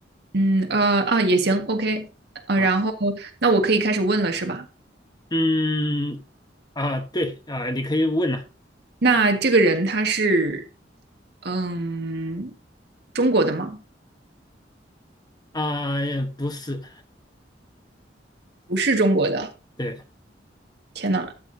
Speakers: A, on the right; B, on the left.
A: 嗯，呃啊，也行，OK，呃，
B: 啊，
A: 然后那我可以开始问了，是吧？
B: 嗯，啊，对啊，你可以问了
A: 那这个人他是嗯中国的吗？
B: 啊，不是，
A: 不是中国的，
B: 对
A: 天呐，